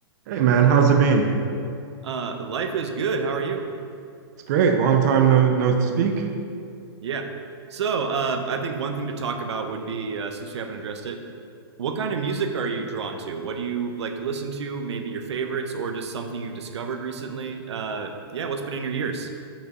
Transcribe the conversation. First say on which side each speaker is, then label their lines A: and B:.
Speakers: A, on the right (about 40°); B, on the right (about 80°).
A: Hey man, how's it been?
B: Uh, life is good. How are you?
A: It's great. Long time no no speak.
B: Yeah. So, uh, I think one thing to talk about would be, uh, since you haven't addressed it, what kind of music are you drawn to? What do you like to listen to? Maybe your favorites or just something you've discovered recently? Uh, yeah, what's been in your ears?